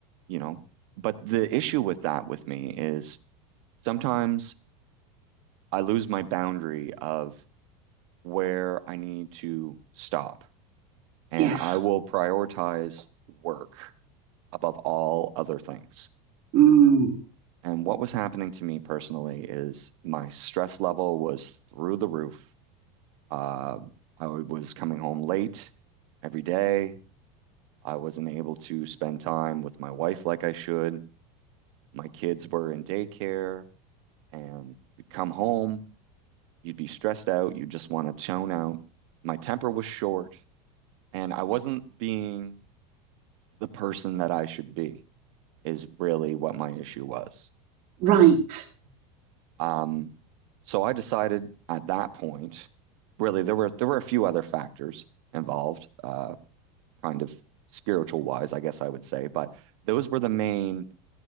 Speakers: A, on the right; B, on the right.
A: you know, but the issue with that with me is sometimes I lose my boundary of where I need to stop. And
B: Yes.
A: I will prioritize work above all other things.
B: Mm,
A: And what was happening to me personally is my stress level was through the roof. Uh, I was coming home late every day. I wasn't able to spend time with my wife like I should. My kids were in daycare, and we'd come home, you'd be stressed out, you just want to tone out. My temper was short, and I wasn't being the person that I should be, is really what my issue was.
B: right.
A: Um, So I decided at that point, really, there were there were a few other factors involved, uh, kind of spiritual wise, I guess I would say, but those were the main